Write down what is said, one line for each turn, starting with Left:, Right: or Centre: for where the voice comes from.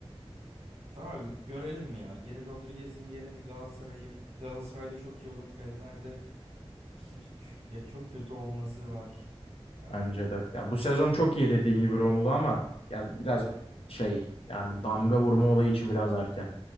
Right: daha görelim ya. Geri Rodriguez'in yerine bir Galatasaray'ı Galatasaray'da çok iyi olur. Fener'de hiç yani çok kötü olması var. Yani
Left: bence de. Ya bu sezon çok iyi dediğin gibi Romulu ama ya biraz şey yani bu damga vurma olayı için biraz erken.